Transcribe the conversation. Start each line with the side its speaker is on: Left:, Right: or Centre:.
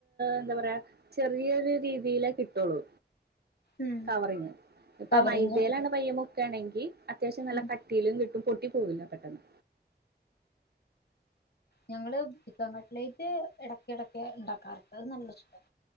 Right: എന്താ പറയാ ചെറിയൊരു രീതിയിലേ കിട്ടുള്ളൂ
Left: ഉം
Right: കവറിങ് ഇപ്പ
Left: കവറിങ്
Right: മൈദ്യയിലാണ്
Left: അത്
Right: പയ്യ മുക്കാണെങ്കിൽ ങ്കി അത്യാവശ്യ നല്ല
Left: ഉം
Right: കട്ടിയിലും കിട് ട്ടും പൊട്ടി പോവില്ല പെട്ടെന്ന്
Left: ഞങ്ങള് ചിക്കൻ കട്ലേറ്റ് ഇടക്ക ഇടക്ക് ഉണ്ടാക്കാറ അത് നല്ല ഇഷ്ട